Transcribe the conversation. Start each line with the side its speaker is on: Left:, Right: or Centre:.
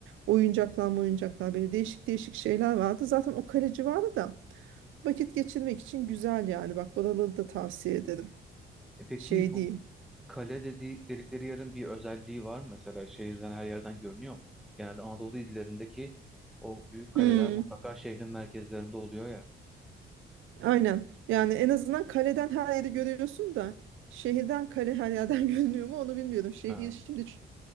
Right: Oyuncaklar oyuncaklar böyle değişik değişik şeyler vardı. Zaten o kale civarı da Vakit geçirmek için güzel yani. Bak oraları da tavsiye ederim.
Centre: E peki
Right: Şey
Centre: bu
Right: değil.
Centre: kale dediği, dedikleri yerin bir özelliği var mı? Mesela şehirden her yerden görünüyor mu? Genelde Anadolu illerindeki o büyük kaleler
Right: Hmm.
Centre: mutlaka şehrin merkezlerinde oluyor ya.
Right: Aynen. Yani en azından kaleden her yeri görüyorsun da şehirden kale her yerden <laughs> görünüyor mu onu bilmiyorum. Şehir
Centre: Ha.
Right: şimdi ç-